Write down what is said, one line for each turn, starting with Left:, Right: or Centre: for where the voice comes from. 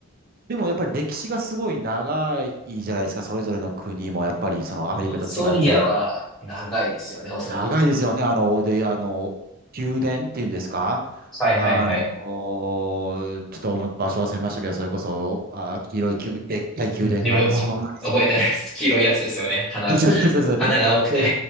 Right: でもやっぱり歴史がすごい長いじゃないですか、それぞれの国もやっぱりそのアメリカと違って。
Centre: オーストリアは長いですよね、おそらく。
Right: 長いですよね、あの、で、あの、宮殿っていうんですか、
Centre: はいはいはい。
Right: あの、ちょっと場所忘れましたけど、それこそ、あ、黄色い宮、でっかい宮殿があって、
Centre: うん自分も
Right: その裏にす、
Centre: <laughs> 覚えてないです。黄色いやつですよね。花、
Right: <laughs> そうですそうですで
Centre: 花が多くて